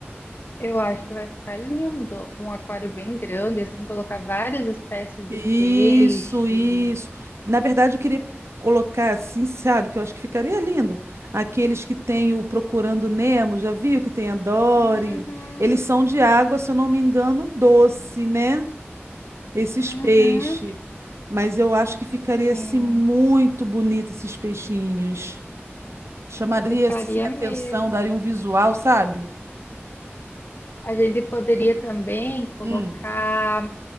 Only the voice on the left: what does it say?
Eu acho que vai ficar lindo. Um aquário bem grande, assim, colocar várias espécies
de peixe.
Uhum,
uhum.
Sim,
ficaria
mesmo.
A gente poderia também colocar